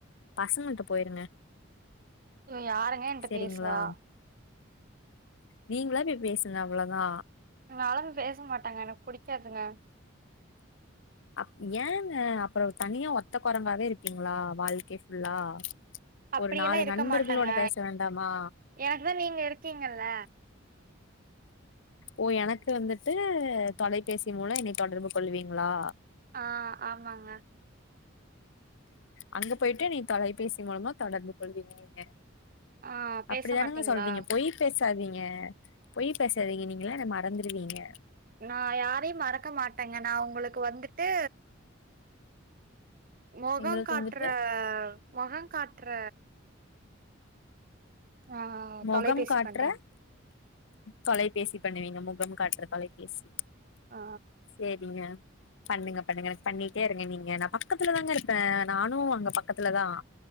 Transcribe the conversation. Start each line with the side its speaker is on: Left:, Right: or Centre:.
Left: பசங்கள்ட்ட போயிருங்க
Right: அ யாருங்க என்ட்ட
Left: செரிங்களா
Right: பேசுவா
Left: நீங்களா போய் பேசு நா அவ்ளதான்
Right: நாலா பேச மாட்டாங்க எனக்கு புடிக்காதுங்க
Left: அ ஏங்க அப்பறோ தனியா ஒத்த கொரங்காவே இருப்பீங்களா வாழ்க்க ஃபுல்லா
Right: அப்படியெல்லாம்
Left: ஒரு நாலு
Right: இருக்க
Left: நண்பர்களோட
Right: மாட்டேங்க
Left: பேச வேண்டாமா
Right: எனக்கு தா நீங்க இருக்கீங்கல்ல
Left: ஓ எனக்கு வந்துட்டு தொலைபேசி மூலம் என்னை தொடர்பு கொள்வீங்களா
Right: ஆ ஆமாங்க
Left: அங்க போயிட்டு நீ தொலைபேசி மூலமா தொடர்பு கொள்வீங்க நீங்க
Right: ஆ பேச
Left: அப்படிதானங்க
Right: மாட்டீங்களா?
Left: சொல்றீங்க பொய் பேச தருவீங்க பொய் பேசாதீங்க நீங்களா என்ன மறந்துருவீங்க
Right: நா யாரையும் மறக்க மாட்டேங்க நா உங்களுக்கு வந்துட்டு மொகங்
Left: எங்களுக்கு
Right: காட்டுற
Left: வந்துட்டு
Right: மொகங் காட்டுற ஆ
Left: மொகம்
Right: தொலைபேசி
Left: காட்டுற
Right: பண்றேங்க.
Left: தொலைபேசி பண்ணுவீங்க முகம் காட்டற தொலைபேசி
Right: ஆ
Left: சேரிங்க பண்ணுங்க பண்ணுங்க எனக்கு பண்ணிட்டே இருங்க நீங்க நா பக்கத்துலதாங்க இருப்பேன் நானும் அங்க பக்கத்துலதான்